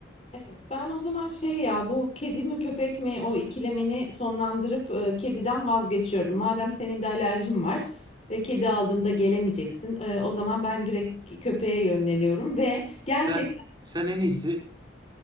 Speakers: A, on the left; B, on the right.
A: Evet, ben o zaman şey ya bu kedi mi köpek mi o ikilemini sonlandırıp e, kediden vazgeçiyorum. Madem senin de alerjin var ve kedi aldığımda gelemeyeceksin. e, o zaman ben direkt köpeğe yönleniyorum ve gerçekten
B: Sen sen en iyisi